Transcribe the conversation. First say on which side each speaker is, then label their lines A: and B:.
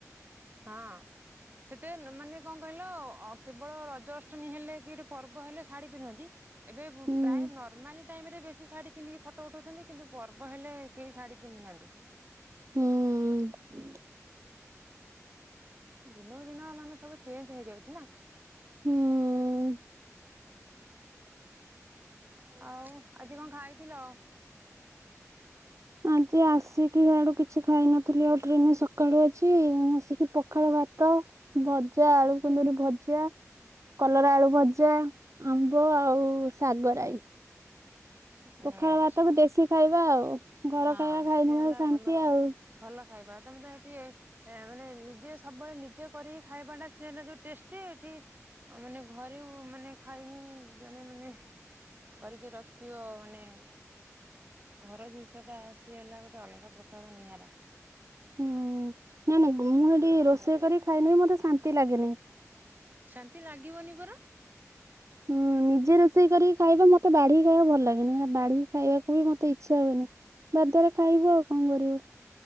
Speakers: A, on the right; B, on the right.
A: ହଁ। ସେତେ ମାନେ କଣ କହିଲ କେବଳ ରଜ ଅଷ୍ଟମୀ ହେଲେ କି ପର୍ବ ହେଲେ ଶାଢୀ ପିନ୍ଧନ୍ତି। ଏବେ
B: ହୁଁ।
A: ପ୍ରାୟ ନର୍ମାଲି ଟାଇମ ରେ ବେଶୀ ଶାଢ଼ୀ ପିନ୍ଧିକି ଫ ଟ ଉଠଉଛନ୍ତି କିନ୍ତୁ ପର୍ବ ହେଲେ କେହି ଶାଢ଼ୀ ପିନ୍ଧୁନାହାନ୍ତି।
B: ହୁଁ।
A: ଦିନକୁ ଦିନ ମାନେ ସବୁ ଚେଞ୍ଜ ହେଇଯାଉଚି ନା।
B: ହଁ।
A: ଆଉ ଆଜି କଣ ଖାଇଥିଲ? ହ <unintelligible>
B: ଆଜି ଆସିକି ହିଆଡୁ କିଛି ଖାଇନଥିଲି ଆଉ ଟ୍ରେନ ସକାଳୁ ଅଛି ଆସିକି ପଖାଳ ଭା ତ ଭଜା ଆଳୁ କୁନ୍ଦରି ଭଜା କଲରା ଆଳୁ ଭଜା ଆମ୍ବ ଆଉ ଶାଗରାଇ।
A: ଆଚ୍ଛା
B: ପଖାଳ ଭାତକୁ ଦେଶୀ ଖାଇବା ଆଉ ଘର
A: ହଁ
B: ଖାଇବା ଖାଇନବା
A: ସିଏ ହେଲା
B: ଶାନ୍ତି
A: ଭଲ
B: ଆଉ।
A: ଭଲ ଖାଇବା ତମେ ତ ଏଠି ସେୟା ମାନେ ନିଜେ ସବୁବେଳେ ନିଜେ କରିକି ଖାଇବା ସେଇଟା ଯଉ ଟେଷ୍ଟି ଏଠି ଆଉ ମାନେ ଘରେ ମାନେ ଖାଇବି ଜଣେ ମାନେ କରିକି ରଖିଥିବ ମାନେ ଘର ଜିନିଷ ଟା ସିଏ ହେଲା ଗୋଟେ ଅଲଗା ପ୍ରକାର ନିଆରା।
B: ହୁଁ ନାଇଁ ନାଇଁ ମୁଁ ହେଠି ରୋଷେଇ କରି ଖାଇଲେ ବି ମତେ ଶାନ୍ତି ଲାଗେନି।
A: ଶାନ୍ତି ଲାଗିବନି ପରା। <unintelligible>
B: ହୁଁ ନିଜେ ରୋଷେଇ କରିକି ଖାଇବା ମତେ ବାଢିକି ଖାଇବା ଭଲ ଲାଗେନି ବାଢିକି ଖାଇବାକୁ ବି ମତେ ଇଚ୍ଛା ହୁଏନି। ବାଧ୍ୟରେ ଖାଇବୁ ଆଉ କଣ କରିବୁ?